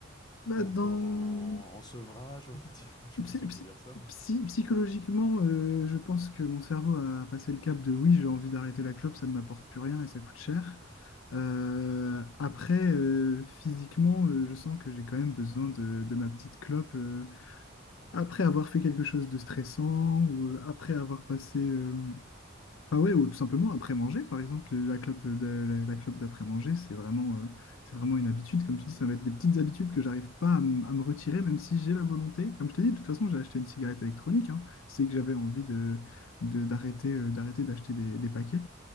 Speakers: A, on the left (about 75°); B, on the left (about 20°).
A: Là,
B: t'es encore
A: dans...
B: en, en sevrage, on va dire. <laughs> Je sais
A: psy-
B: pas si on
A: psy-
B: peut dire ça, mais.
A: psy- psychologiquement, euh, je pense que mon cerveau a passé le cap de oui, j'ai envie d'arrêter la clope, ça ne m'apporte plus rien et ça coûte cher. Euh, après, euh, physiquement, euh, je sens que j'ai quand même besoin de, de ma petite clope. euh, Après avoir fait quelque chose de stressant, ou euh, après avoir passé... euh, Ah ouais, ou tout simplement après manger, par exemple, la clope de- la, la clope d'après-manger, c'est vraiment, euh, c'est vraiment une habitude. Comme tu dis, ça va être des petites habitudes que j'arrive pas à, m- à me retirer, même si j'ai la volonté. Comme je t'ai dit, de toute façon, j'ai acheté une cigarette électronique. hein. C'est que j'avais envie de, de- d'arrêter, euh, d'arrêter d'acheter des, des paquets.